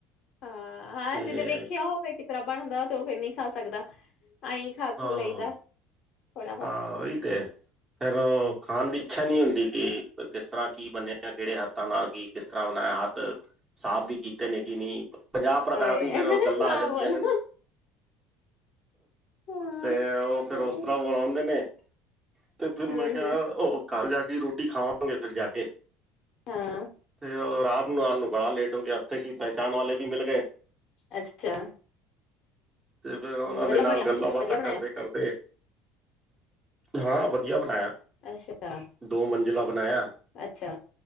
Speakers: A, on the left (about 55°); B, on the right (about 25°).
A: ਹਾਂ ਹਾਂ
B: ਤੇ
A: ਜਿਨੇ ਵੇਖਿਆ ਹੋਵੇ ਕਿਸੇ ਤਰਾ ਬਣਦਾ ਤੇ ਉਹ ਫਿਰ ਨਹੀਂ ਖਾ ਸਕਦਾ ਆਈ ਖਾ
B: ਹਾਂ
A: ਖੂ ਲਈਦਾ ਥੋੜਾ ਬਹੁਤ
B: ਹਾਂ ਉਹੀ ਤੇ ਫਿਰ ਉਹ ਖਾਣ ਦੀ ਇੱਛਾ ਨਹੀਂ ਹੁੰਦੀ ਕਿ ਕਿਸ ਤਰ੍ਹਾਂ ਕੀ ਬੰਨਿਆ ਕਿਹੜੇ ਹੱਥਾਂ ਨਾਲ ਕੀ ਕਿਸ ਤਰ੍ਹਾਂ ਬਣਾਇਆ ਹੱਥ ਸਾਫ਼ ਵੀ ਕੀਤੇ ਨੇ ਕਿ ਨਹੀਂ ਪੰਜਾਹ ਸਕਾਰ
A: ਅਰੇ
B: ਦੀ ਫਿਰ ਗੱਲਾਂ
A: ਨਾ
B: ਆ ਜਾਂਦੀਆਂ
A: ਬੋਲੋ।
B: ਨੇ
A: ਹੂੰ-ਹੂੰ,
B: ਤੇ ਉਹ ਫਿਰ
A: ਹਾਂ
B: ਉਸ ਤਰ੍ਹਾਂ ਬੁਲਾਉਂਦੇ ਨੇ ਤੇ ਫਿਰ
A: ਹਮ
B: ਮੈਂ ਕਿਹਾ
A: ਹਮ
B: ਉਹ ਘਰ ਜਾ ਕੇ ਰੋਟੀ ਖਾਵਾਂਗੇ ਫਿਰ ਜਾ ਕੇ
A: ਹਾਂ
B: ਤੇ ਉਹ ਰਾਤ ਨੂੰ ਆ ਨੂੰ ਬੜਾ ਲੇਟ ਹੋ ਗਿਆ ਉੱਥੇ ਕੀ ਪਹਿਚਾਣ ਵਾਲੇ ਵੀ ਮਿਲ ਗਏ
A: ਅੱਛਾ
B: ਤੇ ਫਿਰ ਉਹਨਾਂ
A: ਵਧੀਆ
B: ਦੇ ਨਾਲ
A: ਬਣਿਆ
B: ਗੱਲਾਂ ਬਾਤ
A: ਵਧੀਆ ਬਣਾਇਆ
B: ਕਰਦੇ ਹਾਂ ਵਧੀਆ ਬਣਾਇਆ
A: ਅੱਛਾ,
B: ਦੋ ਮੰਜ਼ਿਲਾਂ ਬਣਾਇਆ
A: ਅੱਛਾ,